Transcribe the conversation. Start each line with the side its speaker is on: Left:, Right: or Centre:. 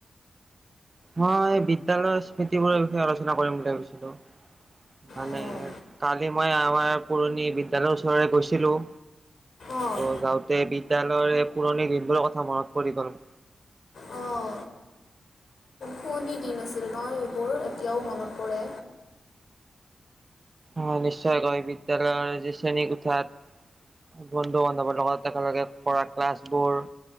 Right: মই বিদ্যালয়ৰ স্মৃতিবোৰৰ বিষয়ে আলোচনা কৰিম বুলি ভাবিছিলোঁ। মানে
Left: অঁ
Right: কালি মই আমাৰ পুৰণি বিদ্যালয়ৰ ওচৰলে গৈছিলোঁ।
Left: অঁ
Right: ত' যাওঁতে বিদ্যালয়ৰ এই পুৰণি দিনবোৰৰ কথা মনত পৰি গ'ল।
Left: অঁ। পুৱনি দিন আছিল ন এইবোৰ, এতিয়াও মনত পৰে।
Right: অঁ, নিশ্চয়কৈ বিদ্যালয়ৰ এই যে শ্ৰেণী কোঠাত - বন্ধু -বান্ধৱৰ লগত একেলগে কৰা ক্লাছবোৰ!